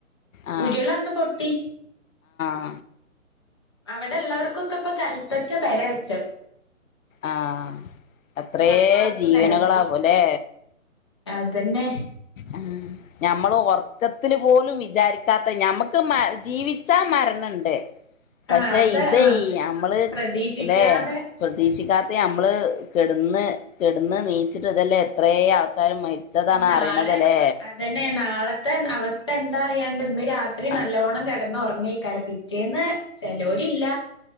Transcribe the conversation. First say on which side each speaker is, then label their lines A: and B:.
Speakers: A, on the left; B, on the left.
A: ആ
B: ഉരുളങ്ങ് പൊട്ടി
A: ആ
B: അവിടെള്ളവർക്കൊക്കെ ഇപ്പൊ കല്പ്പറ്റ പേരായി
A: ആ എത്രേ
B: എല്ലാർക്കും
A: ജീവനുകളാവുലെ
B: നിരത്തി അതന്നെ
A: ഉം ഞമ്മള് ഉറക്കത്തില് പോലും വിചാരിക്കാത്ത ഞമ്മക്ക് ജീവിച്ചാ മരണണ്ട്
B: ആ
A: പക്ഷെ
B: അത്
A: ഇതേയ്
B: ആ
A: നമ്മള്
B: പ്രതീക്ഷിക്കാതെ
A: ല്ലെ പ്രതീക്ഷിക്കാത്ത നമ്മള് കെടന്ന് കെടന്ന് നീച്ചിട്ട് ഇതല്ലേ എത്രെ ആൾക്കാർ മരിച്ചതാണ്
B: ഉം
A: അറിയണതല്ലേ
B: നാളെ അതന്നെ നാളത്തെ അവസ്ഥ എന്താ <unintelligible> രാത്രി
A: ആഹ്
B: നല്ലോണം കിടന്നൊറങ്ങ <unintelligible> കരപിറ്റേന്ന് ചിലോരില്ല